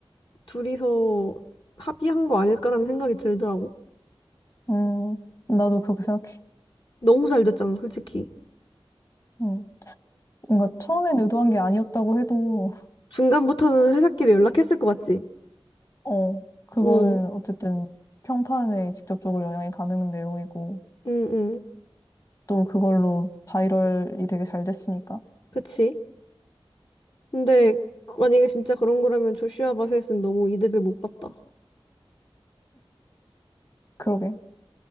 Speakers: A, on the left (about 50°); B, on the left (about 35°).
A: 둘이서 합의한 거 아닐까라는 생각이 들더라고.
B: 응 나도 그렇게 생각해.
A: 너무 잘 됐잖아, 솔직히.
B: 응 뭔가 처음엔 의도한 게 아니었다고 해도,
A: 중간부터는 회사끼리 연락했을 것 같지?
B: <laughs> 어, 그거는
A: 응,
B: 어쨌든 평판에 직접적으로 영향이 가는 내용이고,
A: 응, 응.
B: 또 그걸로 바이럴이 되게 잘 됐으니까.
A: 그치? 근데 만약에 진짜 그런 거라면 조슈아 바셋은 너무 이득을 못 봤다.
B: 그러게.